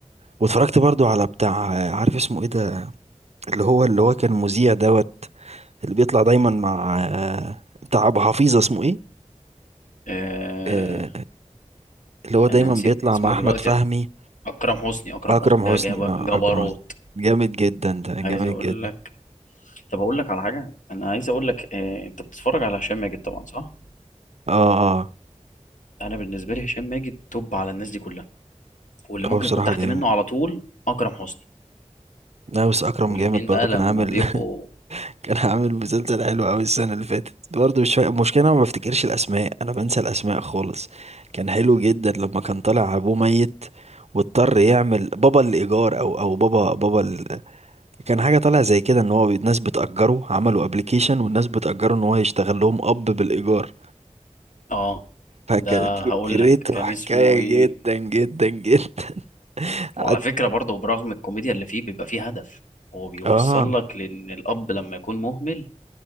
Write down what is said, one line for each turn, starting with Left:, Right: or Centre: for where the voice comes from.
Right: واتفرجت برضو على بتاع آه، عارف اسمه ايه ده اللي هو اللي هو كان مذيع دوت اللي بيطلع دايما مع آه، بتاع ابو حفيظه اسمه ايه
Left: اه
Right: آه، اللي هو دايما
Left: انا نسيت
Right: بيطلع
Left: اسمه
Right: مع احمد
Left: دلوقتي
Right: فهمي
Left: اكرم حسني اكرم
Right: اكرم
Left: حسني ده
Right: حسني
Left: جاب-
Right: اه
Left: جبروت
Right: اكرم حسني جامد جدا ده جامد
Left: عايز اقول
Right: جدا
Left: لك طب اقول لك على حاجه انا عايز اقول لك آه. انت بتتفرج على هشام ماجد طبعا صح
Right: اه اه
Left: انا بالنسبه لي هشام ماجد توب على الناس دي كلها واللي ممكن
Right: هو بصراحه
Left: يكون تحت
Right: جامد
Left: منه على طول اكرم حسني
Right: لا بس اكرم
Left: والاتنين
Right: جامد برضو
Left: بقى
Right: كان
Left: لما
Right: عامل
Left: بيبقوا
Right: <laughs> كان عامل مسلسل حلو قوي السنه اللي فاتت برضو مش فا... المشكله انا ما بفتكرش الاسماء انا بنسى الاسماء خالص كان حلو جدا لما كان طالع ابوه ميت واضطر يعمل بابا الايجار او او بابا بابا كان حاجة طالعة زي كده ان هو بي- ناس بتأجره عملوا ابلكيشن والناس بتأجره ان هو يشتغل لهم اب بالإيجار
Left: اه
Right: فكانت
Left: ده
Right: فكرته
Left: هقول لك كان
Right: حكاية
Left: اسمه ايه
Right: جدا جدا جدا <laughs> قعدت-
Left: وعلى فكرة برضه برغم الكوميديا اللي فيه بيبقى فيه هدف هو بيوصل
Right: اه
Left: لك لأن الأب لما يكون مهمل